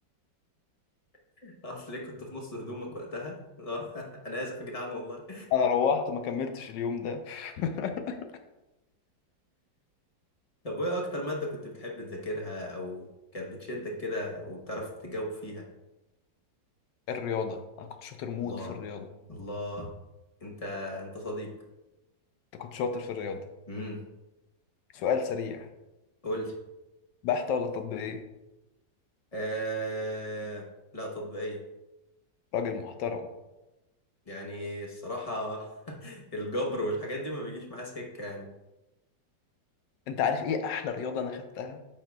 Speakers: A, on the left (about 30°); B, on the left (about 75°).
A: <laughs> اصل ليه كنت في نص هدومك وقتها لا <laughs> انا اسف يا جدعان والله
B: <laughs> انا روحت ما كملتش اليوم ده <laughs>
A: طب وايه اكتر ماده كنت بتحب تذاكرها او كانت بتشدك كده وبتعرف تجاوب فيها
B: الرياضة انا كنت شاطر موت
A: الله
B: في الرياضة
A: الله انت انت صديق
B: انت كنت شاطر في الرياضة
A: امم
B: سؤال سريع
A: قول لي
B: بحتة ولا تطبيقية
A: آه... لا تطبيقيه
B: راجل محترم
A: يعني الصراحة <laughs> الجبر والحاجات دي ما بيجيش معاه سكة يعني
B: انت عارف ايه احلى رياضة انا خدتها